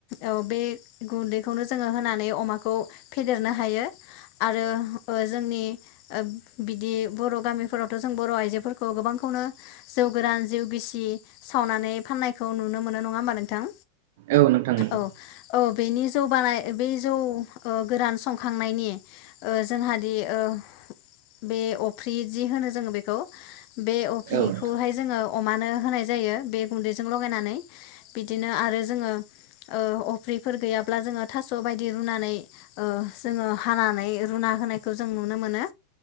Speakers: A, on the left (about 45°); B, on the right (about 50°).
A: औ बे गुदै खौनो जोङो होनानै अमाखौ फेदेरनो हायो आरो ओ जोंनि ओ बिदि बर' गामिफोरावथ' जों बर' आइजोफोरखौ गोबांखौनो जौ गोरान जिउ गिसि सावनानै फाननायखौ नुनो मोनो नङा होमबा नोंथां।
B: औ नोंथां नंगौ
A: औ औ बेनि जौ बानाय बेै जौ ओ गोरान संखांनायनि ओ जोंहादि ओ बे अफ्रि जि होनो जोङो बेखौ बेखौ बे अफ्रिखौहाय
B: औ नोंथां
A: जोङो अमानो होनाय जायो बे गुन्दैजों लगायनानै बिदिनो आरो जोङो ओ अफ्रिफोर गैयाब्ला जोङो थास‌ बायदि रुनानै जोङो हानानै रुना होनायखौ जों नुनो मोनो।